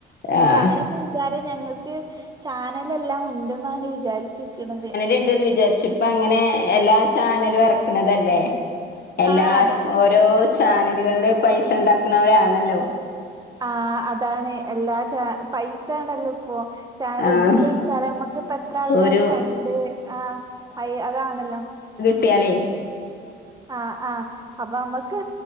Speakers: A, on the right (about 20°); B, on the left (about 50°).
A: പക്ഷെ
B: ആഹ്
A: അവരൊക്കെ കാര്യം ഞങ്ങൾക്ക് ചാനല് എല്ലാം ഉണ്ട്ന്നാണ് വിചാരിച്ചിരിക്ക്‌ണത്
B: ണ്ട്ന്ന് വിചാരിച്ച് ഇപ്പ അങ്ങനെ എല്ലാ ചാനലും എറക്ക്ണതല്ലേ എല്ലാരും
A: ആഹ് അതാണ്
B: ഓരോ ചാനലുകളില് പൈസ ഉണ്ടാക്കുന്നവരാണല്ലോ
A: ആഹ് അതാണ് എല്ലാ ചാ പൈസ ആണല്ലോ ഇപ്പൊ ചാ
B: ആഹ്
A: ഒരിത് ഇത് ഇട്ടാല് നമക്ക് ഇപ്പ എത്ര ആൾക്കാര്
B: ഒരു
A: കണ്ട് ആഹ് അയ് അതാണല്ലോ
B: ട്ട്യാലേ
A: ആഹ് ആഹ് അപ്പൊ അമ്മക്ക്